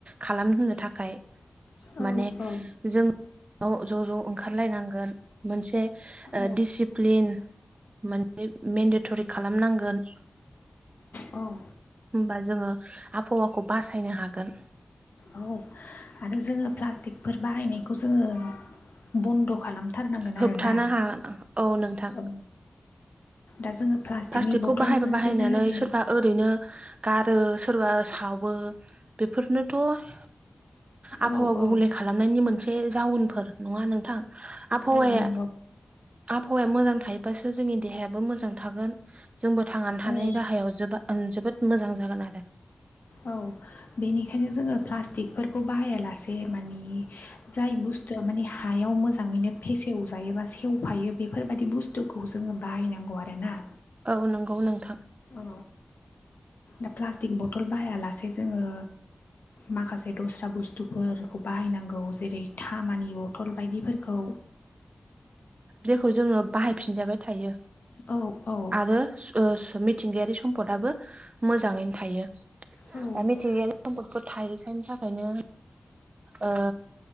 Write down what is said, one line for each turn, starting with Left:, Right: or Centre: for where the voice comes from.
Right: खालामनो थाखाय
Left: औ
Right: माने
Left: औ
Right: जों ज' ज' ओंखारलायनांगोन मोनसे
Left: औ
Right: दिडसिप्लिन माने मेन्डेटरि खालामनांगोन
Left: औ औ
Right: होमबा जोङो आबहावाखौ बासायनो हागोन
Left: औ आरो जोङो प्लास्टिकफोर बाहायनायखौ जोङो बन्द' खालाम थारनांगोन
Right: होबथानो
Left: आरोना
Right: हागोन औ नोंथां
Left: औ दा जोङो प्लास्टिकनि
Right: प्लास्टिकखौ
Left: बथलफोरसो
Right: बाहायबा बाहायनानै
Left: बाहायो
Right: सोरबा ओरैनो गारो सोरबा सावो बेफोरनोथ' आबहावा
Left: औ
Right: गुबुंले
Left: औ
Right: खालामनायनि मोनसे जाउनफोर नङा नोंथां आबहावाया
Left: औ नंगौ
Right: आबहावाया मोजां थायोबासो जोंनि देहायाबो मोजां थागोन जोंबो थांनानै थानाय
Left: औ
Right: राहायाव जोबा जोबोद मोजां जागोन आरो
Left: औ बेनिखायनो जोङो प्लास्टिक खौ बाहाया लासे मानि जाय बुस्थुआ मानि हायाव मोजाङैनो फेसेवजायोबो सेवफायो बेफोरबायदि बुस्थुखौ जोङो बाहायनांगौ आरो ना
Right: औ नंगौ नोंथां
Left: औ दा प्लास्टिक बथल बायालासे जोङो माखासे दस्रा बुस्थुफोरखौ बाहायनांगौ जेरै थामानि बथल बायदिफोरखौ
Right: जेखौ जोङो बाहायफिनजाबाय थायो
Left: औ औ
Right: आरो मिथिंगायारि सम्पदआो मोजाङैनो थायो द
Left: औ
Right: मिथिंगायारि नम्बखौ थायोखायनि थाखायनो ओ